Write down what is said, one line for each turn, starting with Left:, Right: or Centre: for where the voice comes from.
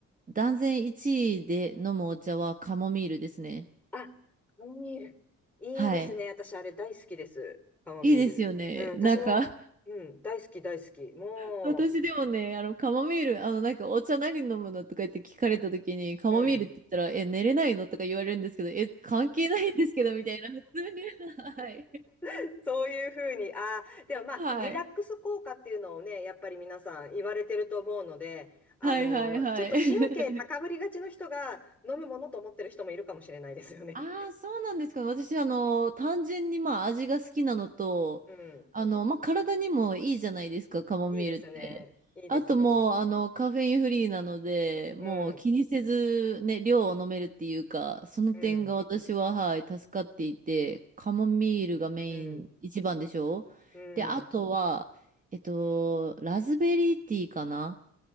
Right: う断然1位で飲むお茶はカモミールですね。
Centre: あ、カモミール。いいですね。
Right: はい。
Centre: 私、あれ大好きです。カモミール。
Right: いいですよね。
Centre: うん、私も、
Right: なんか
Centre: うん、大好き、大好き。も
Right: <laughs> 私でもね、あの、カモミール、あの、なんか、お茶何飲むのとか言って聞かれた時に、カモミールって言ったら、
Centre: う、うん。
Right: え、寝れないのとか言われるんですけど、え、関係ないんですけど、みたいな、普通に。<laughs> はい。
Centre: <laughs> そういうふうに、ああ、でもまあ、
Right: はい。
Centre: リラックス効果っていうのをね、やっぱり皆さん言われてると思うので、あのー、
Right: はいはいはい。
Centre: ちょっと神経高ぶりがちの人が飲むものと思ってる人もいるかもしれないですよね。
Right: <laughs> ああ、そうなんですか。私、あの、単純にまあ味が好きなのと、
Centre: <laughs> うん。
Right: あの、まあ体にもいいじゃないですか、カモミールって。
Centre: いいですね。いいですね。
Right: あともう、あの、カフェインフリーなので、
Centre: うん。
Right: もう気にせずね、量を飲めるっていうか、その点が私は、
Centre: うん。
Right: はい、助かっていて、カモミールがメイン一番でしょで、
Centre: うん。うん。
Right: あとは、えっと、ラズベリーティーかな